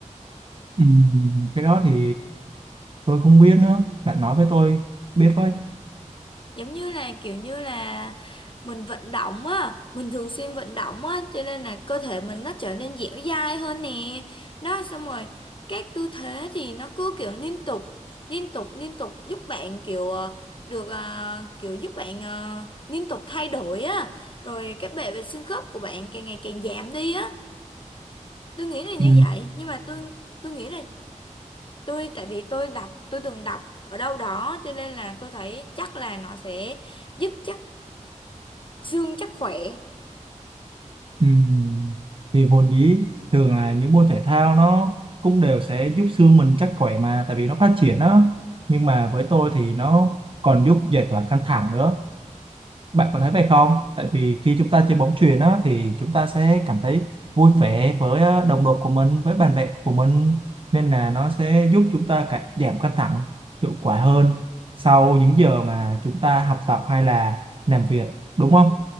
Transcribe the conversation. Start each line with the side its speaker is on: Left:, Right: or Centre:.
Right: Ừ. cái đó thì tôi không biết nữa bạn nói với tôi biết với
Left: giống như là kiểu như là mình vận động á mình thường xuyên vận động á cho nên là cơ thể mình nó trở nên dẻo dai hơn nè đó xong rồi các tư thế thì nó cứ kiểu liên tục liên tục liên tục giúp bạn kiểu ờ, được ờ, kiểu giúp bạn ờ, liên tục thay đổi á rồi cái bệ về xương khớp của bạn càng ngày càng giảm đi á tôi nghĩ là
Right: Ừ.
Left: như vậy nhưng mà tôi tôi nghĩ là tôi tại vì tôi đọc tôi từng đọc ở đâu đó cho nên là tôi thấy chắc là nó sẽ giúp chắc xương chắc khỏe
Right: Ừm, Vì vốn dĩ thường là những môn thể thao nó cũng đều sẽ giúp xương mình chắc khỏe mà tại vì nó phát triển đó nhưng mà với tôi thì nó còn giúp giải tỏa căng thẳng nữa bạn có thấy vậy không tại vì khi chúng ta chơi bóng chuyền đó thì chúng ta sẽ cảm thấy vui vẻ với ờ, đồng đội của mình với bạn bè của mình nên là nó sẽ giúp chúng ta cả- giảm căng thẳng hiệu quả hơn sau những giờ mà chúng ta học tập hay là làm việc đúng không